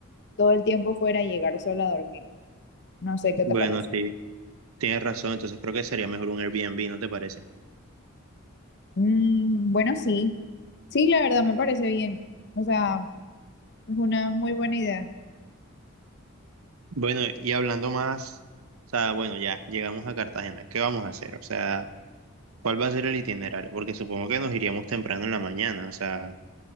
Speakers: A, on the left (about 55°); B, on the right (about 80°).
A: todo el tiempo fuera y llegar solo a dormir. No sé qué
B: Bueno,
A: te parece.
B: sí, tienes razón, entonces creo que sería mejor un Airbnb, ¿no te parece?
A: Mm, bueno, sí. Sí, la verdad me parece bien. O sea, Es una muy buena idea.
B: Bueno, y hablando más, o sea, bueno, ya llegamos a Cartagena, ¿qué vamos a hacer? O sea, ¿cuál va a ser el itinerario? Porque supongo que nos iríamos temprano en la mañana, o sea,